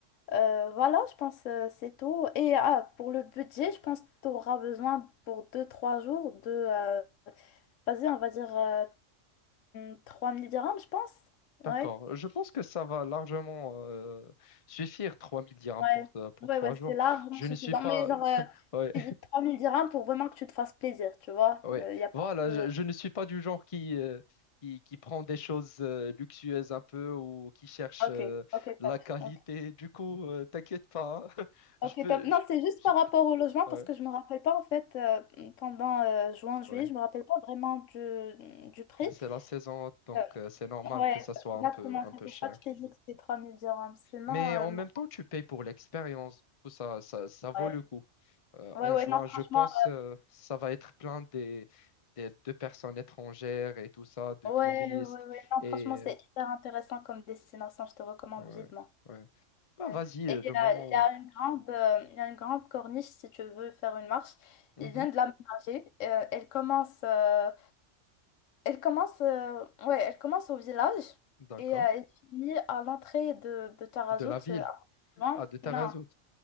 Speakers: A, on the left (about 80°); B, on the left (about 35°).
A: Euh, voilà, je pense euh, c'est tout. Et ah, pour le budget, je pense que tu auras besoin pour deux trois jours de, euh, vas-y, on va dire euh, hmm, 3000 dirhams, je pense. Ouais,
B: D'accord. Je pense que ça va largement euh, suffire 3000 dirhams
A: ouais,
B: pour, euh, pour
A: ouais,
B: 3
A: ouais,
B: jours.
A: c'est largement
B: Je
A: suffisant.
B: ne suis pas...
A: Mais genre,
B: <laughs>
A: euh,
B: Ouais,
A: je t'ai dit 3000 dirhams pour vraiment que tu te fasses plaisir, tu vois.
B: ouais.
A: Il n'y a pas
B: Voilà,
A: de...
B: je, je ne suis pas du genre qui, euh, qui, qui prend des choses euh, luxueuses un peu ou qui cherche
A: Ok,
B: euh,
A: ok,
B: la
A: top.
B: qualité.
A: Ok.
B: Du coup, euh, t'inquiète pas. hein. <laughs>
A: Ok,
B: Je peux...
A: top. Non,
B: Je,
A: c'est juste
B: je-
A: par rapport au logement
B: Ouais,
A: parce que je me rappelle pas en fait euh, pendant euh, juin, juillet,
B: ouais.
A: je me rappelle pas vraiment du, du prix.
B: Mais c'est la saison, donc
A: Euh,
B: euh, c'est normal
A: ouais,
B: que ça soit
A: exactement.
B: un peu, un
A: C'est
B: peu
A: pour
B: cher.
A: ça que je t'ai dit que c'était 3000 dirhams. Sinon,
B: Mais
A: euh,
B: en
A: non.
B: même temps, tu payes pour l'expérience. Du coup, ça, ça, ça vaut
A: Ouais.
B: le coup. Euh,
A: ouais,
B: en
A: ouais,
B: juin,
A: non, franchement,
B: je pense, euh, ça va être plein des, des, de personnes étrangères et tout ça, de
A: euh,
B: touristes.
A: ouais, ouais, ouais, non,
B: Et
A: franchement, c'est
B: euh,
A: hyper intéressant comme destination. Je te recommande
B: ouais,
A: vivement.
B: ouais. Bah,
A: Ouais.
B: vas-y,
A: Et
B: euh,
A: euh,
B: le
A: il
B: moment où.
A: y a une grande, euh, il y a une grande corniche si tu veux faire une marche.
B: Mhm,
A: Ils viennent de l'aménager. Euh, elle commence. euh, Elle commence, euh, ouais, elle commence au village
B: d'accord.
A: et euh, elle finit à l'entrée de, de Tarazout.
B: De la ville.
A: euh, loin.
B: Ah, de Tarazout.
A: Non,